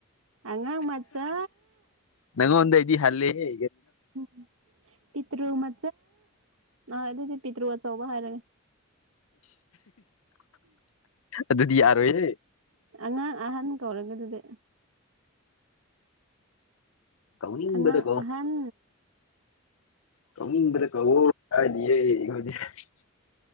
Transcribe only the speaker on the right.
ꯑꯉꯥꯡ ꯃꯆꯥ
ꯎꯝ ꯄꯤꯇ꯭ꯔ ꯃ ꯑ ꯑꯗꯨꯏꯗꯤ ꯄꯤꯇ꯭ꯔꯨ ꯑꯆꯧꯕ ꯍꯥꯏꯔꯒꯦ
ꯑꯉꯥꯡ ꯑꯍꯟ ꯀꯧꯔꯒꯦ ꯑꯗꯨꯗꯤ
ꯑꯉꯥꯡ
ꯑꯍꯥꯟ